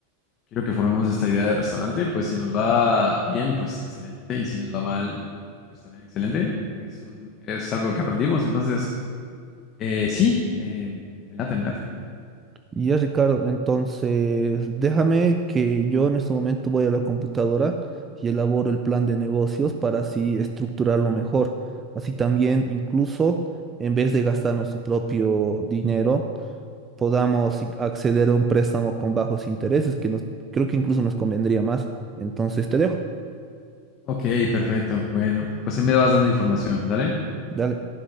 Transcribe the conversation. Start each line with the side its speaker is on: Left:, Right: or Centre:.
Left: quiero que formemos esta idea de restaurante. Pues si nos va bien, pues excelente. Y si nos va mal, pues también excelente. Es un, es algo que aprendimos. Entonces... Eh, sí, eh, me late, me late.
Right: Y ya, Ricardo, entonces déjame que yo en este momento voy a la computadora y elaboro el plan de negocios para así estructurarlo mejor. Así también, incluso en vez de gastarnos su propio dinero, podamos i- acceder a un préstamo con bajos intereses, que nos, creo que incluso nos convendría más. Entonces te dejo.
Left: Ok, perfecto. Bueno, pues ahí me vas dando información, dale.
Right: Dale.